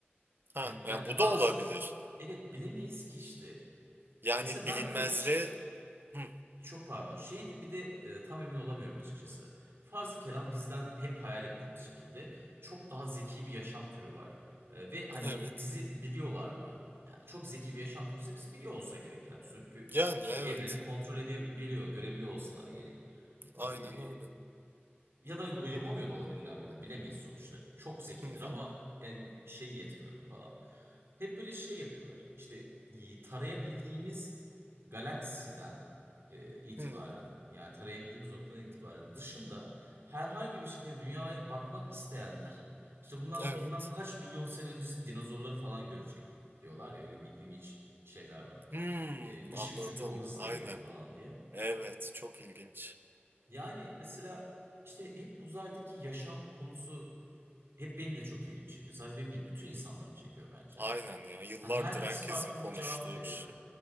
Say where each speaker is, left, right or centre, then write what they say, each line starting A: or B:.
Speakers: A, on the right (about 55°); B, on the right (about 75°).
A: Ha,
B: Yani ben-
A: ya bu
B: bazı
A: da olabilir.
B: evet bilemeyiz ki işte.
A: Yani
B: Mesela ben
A: bilinmezliğe...
B: bir de ş-
A: Hı.
B: E, Çok pardon. Şeydi bir de e, tam emin olamıyorum açıkçası. Farzı kelam bizden hep hayal ettiğimiz şekilde çok daha zeki bir yaşam türü var. E, ve hani
A: Evet.
B: bizi biliyorlar mı? Yani çok zeki bir yaşam türü ise biz biliyor olsa gerek yani. Çünkü
A: Yani
B: e,
A: evet.
B: evreni kontrol edebiliyor, görebiliyor olsalar gerek.
A: Aynen
B: E,
A: öyle.
B: ya da yapamıyor da olabilirler burada bilemeyiz sonuçta. Çok zekidir
A: Hı hı.
B: ama yani şey yetmiyordur falan. Hep böyle şey yapıyorlar. İşte e, tarayabildiğimiz galaksiden e, itibaren
A: Hı.
B: yani tarayabildiğimiz noktadan itibaren dışında herhangi bir şekilde dünyaya bakmak isteyenler işte bundan
A: Evet.
B: bilmem kaç milyon sene öncesi dinozorları falan görecek diyorlar ya öyle bir ilginç şeyler var.
A: Hmm,
B: E, ışık
A: anladım.
B: çünkü o hızla
A: Aynen.
B: geliyor falan diye.
A: Evet, çok ilginç.
B: Yani mesela işte hep uzaydaki yaşam konusu hep benim de çok ilgimi çekiyor. Sadece benim değil, bütün insanların çekiyor bence.
A: Aynen ya. Yıllardır
B: Hani herkes
A: herkesin
B: farklı
A: konuştuğu
B: bir cevap veriyor.
A: bir şey.